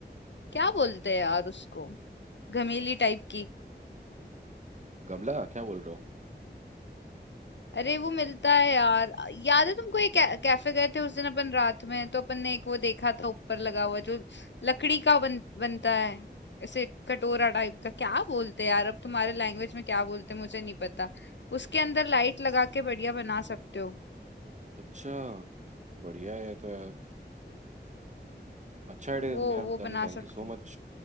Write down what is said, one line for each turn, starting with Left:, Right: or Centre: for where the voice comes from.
Left: क्या बोलते हैं यार उसको घमेली टाइप की
Right: गमला क्या बोल रहे हो
Left: अरे वो मिलता है यार याद है तुमको एक कै- कैफे गए थे उस दिन अपन रात में तो अपन ने एक वो देखा था ऊपर लगा हुआ जो लकड़ी का बन, बनता है ऐसे कटोरा टाइप का क्या बोलते हैं यार अब तुम्हारे लैंग्वेज में क्या बोलते हैं मुझे नहीं पता उसके अंदर लाइट लगा के बढ़िया बना सकते हो
Right: अच्छा बढ़िया है ये तो यार अच्छा आइडिया तुमने
Left: वो
Right: यार Mitali
Left: वो बना
Right: thank
Left: सकते
Right: you so
Left: हो
Right: much